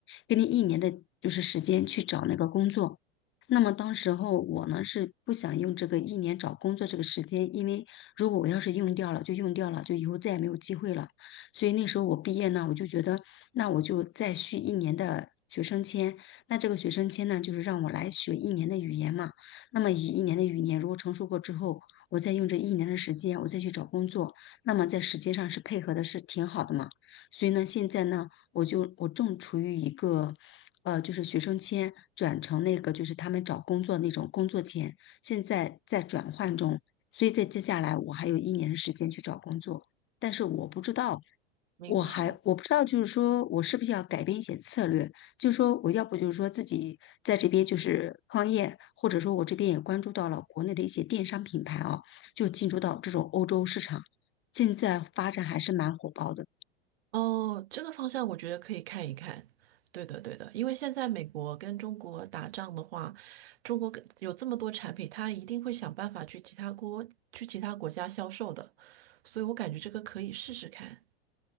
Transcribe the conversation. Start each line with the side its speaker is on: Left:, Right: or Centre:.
Left: 给你一年的就是时间去找那个工作。那么当时候我呢是不想用这个一年找工作这个时间，因为如果我要是用掉了就用掉了，就以后再也没有机会了。所以那时候我毕业呢，我就觉得那我就再续一年的学生签。那这个学生签呢，就是让我来学一年的语言嘛。那么以一年的语言如果成熟过之后，我再用这一年的时间，我再去找工作，那么在时间上是配合的是挺好的嘛。所以呢，现在呢，我就我正处于一个。呃，就是学生签转成那个，就是他们找工作那种工作签，现在在转换中，所以在接下来我还有一年的时间去找工作。但是我不知道，
Right: 明白了。
Left: 我还我不知道，就是说我是不是要改变一些策略，就是说我要不就是说自己在这边就是创业，或者说我这边也关注到了国内的一些电商品牌啊，就进驻到这种欧洲市场，现在发展还是蛮火爆的。
Right: 哦，这个方向我觉得可以看一看。对的，对的，因为现在美国跟中国打仗的话，中国跟有这么多产品，它一定会想办法去其他国去其他国家销售的，所以我感觉这个可以试试看。